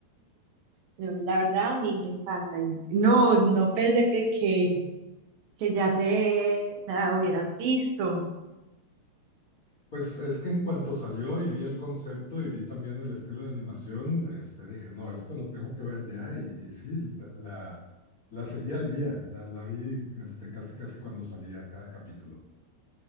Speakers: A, on the right (about 70°); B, on the left (about 30°).
A: Pero la verdad a mí me encanta. y no, no pensé que, que, que ya te la hubieras visto.
B: Pues es que en cuanto salió y vi el concepto y vi también el estilo de animación, este, dije, no, esto lo tengo que ver ya. Y, y sí, la, la, la seguí al día, la, la vi este, casi casi cuando salía cada capítulo.